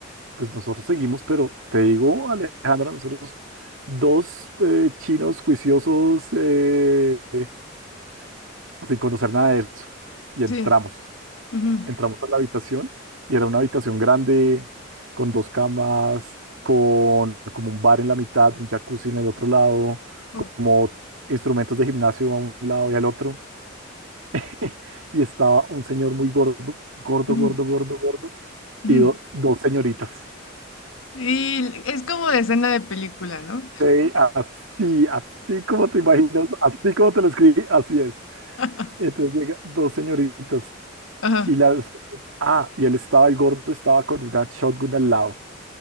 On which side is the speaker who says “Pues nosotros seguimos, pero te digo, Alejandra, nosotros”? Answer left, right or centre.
Right